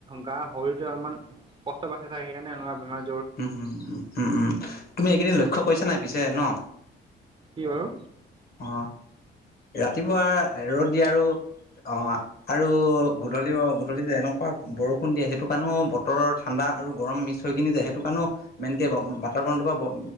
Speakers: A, on the right; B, on the left.
A: গা শৰীৰটোৱে অলমান কষ্ট পাইছে চাগে সেইকাৰণে এনেকুৱা বেমাৰ
B: হুম হুম উম উম তুমি এইকেদিন লক্ষ্য কৰিছা নাই পিছে ন
A: কি বাৰু?
B: অ', ৰাতিপুৱা ৰ'দ দিয়ে আৰু অ', আৰু গধূলি গধূলি এনেকুৱা বৰষুণ দিয়ে সেইটো কাৰণেও বতৰত ঠাণ্ডা আৰু গৰম মিক্স হৈ কিনি যে সেইটো কাৰণো মেইনকে বাতাবৰণটোৰ পৰা